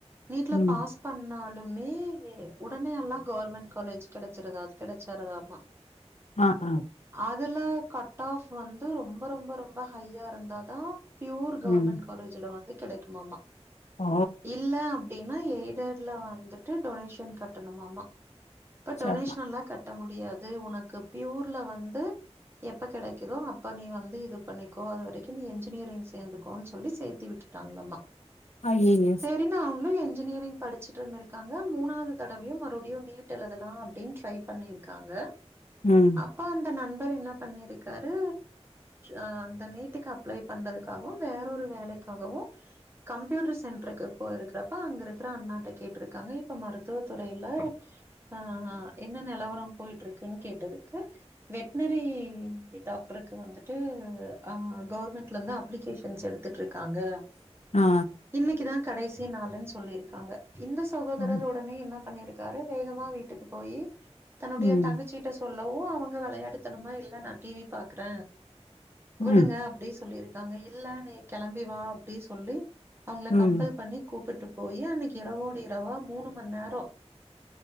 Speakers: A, on the right; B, on the left.
A: நீட்ல
B: ம்
A: பாஸ் பண்ணாலுமே உடனே எல்லா கவர்மெண்ட் காலேஜ் கெடச்சிறாது கெடைச்சராத ஆமா
B: அ ஆஹா
A: அதுல கட் ஆஃப் வந்து ரொம்ப ரொம்ப ரொம்ப ஹையா இருந்தாதா பியூர் கவர்மெண்ட்
B: ம்
A: காலேஜ்ல வந்து கெடைக்குமாமா
B: ஓ
A: இல்ல அப் டினா எய்டடுல வந்துட்டு டொனேஷன் கட்டணுமாமா இப்ப
B: சரிமா
A: டொனேஷன்ல்லா கட்ட முடியாது உனக்கு பியூர்ல வந்து எப்ப கெடைக்குதோ அப்போ நீ வந்து இது பண்ணிக்கோ அது வரைக்கு நீ இன்ஜினியரிங் சேந்துக்கோனு சொல்லி சேத்தி விட் டாங்ளாமா
B: ஆய்யய்யோ
A: பின்ன அவுளு இன்ஜினியரிங் படிச்சிட்டு இருந்திருகாங்க மூணாவது தடவையும் மறுபடியு நீட் எழுதலா அப்டின் ட்ரை பண்ணிருக்காங்க
B: ம்
A: அப்ப அந்த நண்பர் என்ன பண்ணிருக்காரு அ அந்த நீட்டுக்கு அப்ளை பண்றதுக்காகவு வேறொரு வேலைக்காகவு கம்ப்யூட்டர் சென்ட்ருக்கு போயிருக்கப்ப அங்க இருக்கற அண்ணாட்ட கேட்டு இருக்காங்க இப்ப மருத்துவ துறைல அ ஆ என்ன நிலவர போயிட்டு இருக்குன்னு கேட்டதுக்கு வெட்னரி டாக்டருக்கு வந்துட்டு அப் கவுர்மெண்ட்லந்து அப்லிகேஷன்ஸ் எடு த்துட்டு இருக்காங்க
B: ஆ
A: இன்னைக்குதா கடைசி நாளுனு சொல்லிருக்காங்க இந்த சகோதரரோ
B: ம்
A: உடனே என்ன பண்ணிருக்காரு வேகமா வீட்டுக்கு போயி தன்னுடைய
B: ம்
A: தங்கச்சிகிட்ட சொல்லவு அவுங்க வெளயாட்டுத்தணமா இல்ல நா டி வி பாக்குற
B: ம்
A: விடுங்க அப்டி சொல்லிருக்காங்க இல்ல நீ கெளம்பி வா அப்டி சொல்லி அவுங்கள
B: ம்
A: கம்பல் பண்ணி கூப்புட்டு போயி அன்னைக்கு இரவோடு இரவா மூணு மண்நேரோ